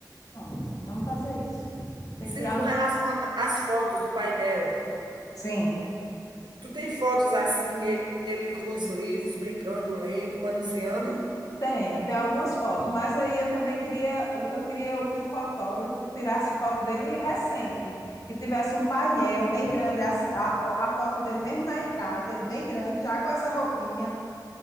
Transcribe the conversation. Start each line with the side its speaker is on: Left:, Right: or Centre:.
Left: Pronto, vamos fazer isso. Tem
Right: Sim,
Left: que tirar.
Right: com relação a- às fotos do painel.
Left: Sim.
Right: Tu tem fotos assim, e- ele com os livros, brincando, lendo, manuseando?
Left: Tenho, tem algumas fotos, mas aí eu também queria, eu queria que o fotógrafo tirasse foto dele recente, que tivesse um painel bem grande, a, a, a foto dele mesmo na entrada, ele bem grande, já com essa roupinha